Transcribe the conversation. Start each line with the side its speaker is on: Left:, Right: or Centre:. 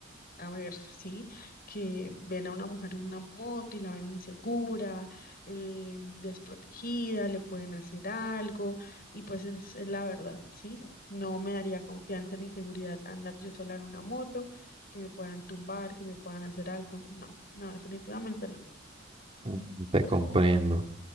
Left: a ver, ¿sí? Que ven a una mujer en una moto y la ven insegura, eh, desprotegida, le pueden hacer algo, y pues es, es la verdad, ¿sí? No me daría confianza ni seguridad andar yo sola en una moto, que me puedan tumbar, que me puedan hacer algo. No, no, definitivamente no.
Right: Mm, Te comprendo.